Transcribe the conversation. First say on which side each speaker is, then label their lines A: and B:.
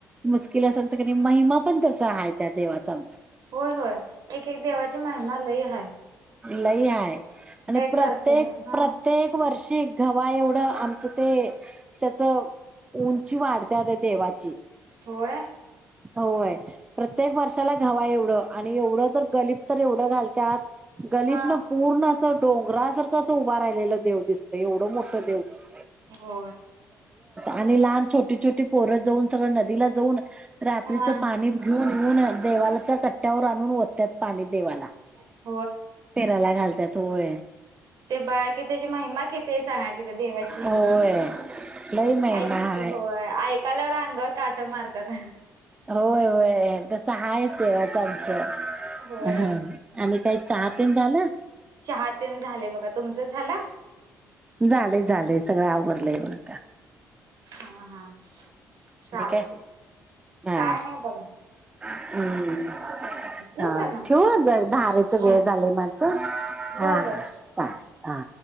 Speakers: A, on the right; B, on the right.
A: मुश्किल असन महिमा पण तसा आहे त्या देवाचा
B: होय होय एक एक देवाची महिमालय आहे
A: लय हय आणि प्रत्येक
B: करते हा
A: प्रत्येक वर्षी गवा्हा एवढं आमचं ते त्याच उंची वाढत देवाची
B: होय
A: होय प्रत्येक वर्षाला घावा एवढं आणि एवढं तर गलीब तर एवढं घालतत गलिप
B: हा
A: न पूर्ण असं डोंगरा सारखं असं उभा राहिलेलं देव दिसते एवढं मोठं देव दिसत
B: हो
A: आणि लहान छोटी छोटी पोरं जाऊन सगळं नदीला जाऊन रात्रीच
B: हा
A: पाणी घेऊन येऊन देवालाच्या कट्ट्यावर आणून वत्यात पाणी देवाला
B: अच्ा <inaudible>
A: फेराला घालतात वय
B: ते बळा कि त्याची महिमा किती सांगा त्या देवाची
A: होय लई महिमा
B: ऐक
A: हाय
B: होय ऐकायलावर अंगावर काट मारतात
A: होय होय तसं हा आहेच देवाच आमच
B: होय
A: ह आम्ही काही चहातेन झालं
B: चहा तेन झाले बघा तुमच झाला
A: झालंय झालंय सगळं आवरलंय बघ का
B: हा हा चालत
A: काय हा
B: काय नाही बघा
A: हम्म
B: चालतय ठेवू
A: अ
B: काय मग?
A: ठेव जर धारेच
B: हा
A: वेळ झालाय माझं हम
B: बर
A: हा
B: बर
A: ह हा